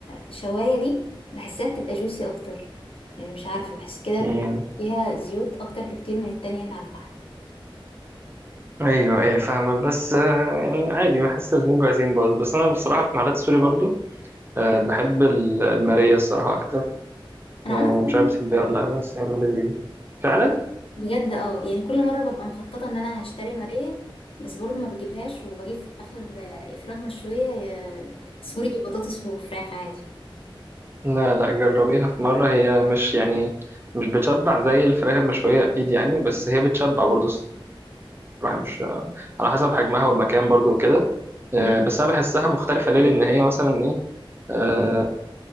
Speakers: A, on the left; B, on the right.
A: الشوايه دي بحسها بتبقى جوسي اكتر يعني مش عارفه بحس كده
B: مم.
A: فيها زيوت اكتر بكتير من التانية اللي على الفحم
B: ايوه ايه فاهمك بس آه، يعني عادي بحس الاتنين كويسين برضه بس انا بصراحة في محلات السوري برضه أه بحب ال- المارية الصراحة اكتر
A: انا
B: أه
A: عمري في حياتي
B: مش عارف
A: ما
B: بتحبيها
A: جربتها
B: ولا لا بس هي المارية دي فعلا
A: بجد اه يعني كل مره ببقى مخططه ان انا هشتري ماريه بس برضو ما بجيبهاش وبجيب في الاخر آه، يا فراخ مشويه يا سوري بطاطس وفراخ عادي
B: لا لا جربيها في مرة هي مش يعني مش بتشبع زي الفراخ المشوية أكيد يعني بس هي بتشبع برضه الصراحة مش على حسب حجمها والمكان برضه وكده آه،
A: مم.
B: بس أنا بحسها مختلفة ليه لأن هي مثلا إيه آه،